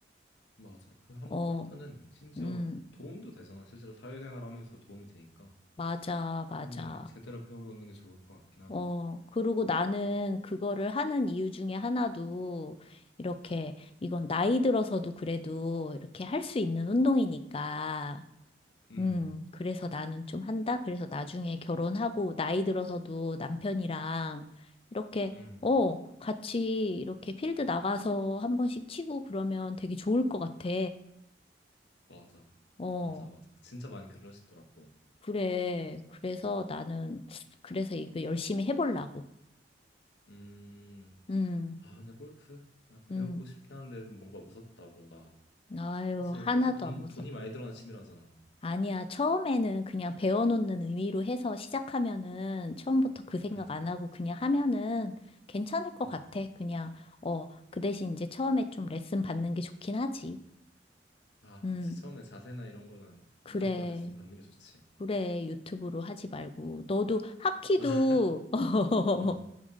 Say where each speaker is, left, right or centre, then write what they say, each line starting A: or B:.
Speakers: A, on the left; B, on the left.
A: 맞아. 그 한
B: 어,
A: 번 골프는 심지어
B: 음,
A: 도움도 되잖아. 실제로 사회생활 하면서 도움이 되니까.
B: 맞아, 맞아.
A: 한번 제대로 배워놓는 게 좋을 것 같긴 하다.
B: 어, 그리고 나는 그거를 하는 이유 중에 하나도 이렇게 이건 나이 들어서도 그래도 이렇게 할 수 있는 운동이니까.
A: 음,
B: 음, 그래서 나는 좀 한다. 그래서 나중에 결혼하고 나이 들어서도 남편이랑 이렇게
A: 음,
B: 어, 같이 이렇게 필드 나가서 한 번씩 치고 그러면 되게 좋을 것 같아.
A: 맞아.
B: 어,
A: 맞아, 맞아. 진짜 많이 그러시더라고.
B: 그래. 그래서 나는 그래서 이거 열심히 해보려고.
A: 음,
B: 음,
A: 아, 근데 골프? 아, 배우고
B: 음.
A: 싶긴 한데 좀 뭔가 무섭다, 뭔가.
B: 아유,
A: 사실
B: 하나도
A: 골프 돈,
B: 안 무서워.
A: 돈이 많이 들어가는 취미라잖아.
B: 아니야, 처음에는 그냥 배워놓는 의미로 해서 시작하면은 처음부터 그 생각
A: 음.
B: 안 하고 그냥 하면은 괜찮을 것
A: 음.
B: 같아. 그냥, 어, 그 대신 이제 처음에 좀 레슨 받는 게 좋긴 하지.
A: 아,
B: 음,
A: 그치. 처음에 자세나 이런 거는 무조건
B: 그래.
A: 레슨 받는 게 좋지.
B: 그래, 유튜브로 하지 말고. 너도 하키도,
A: <laughs>
B: <laughs>
A: 어,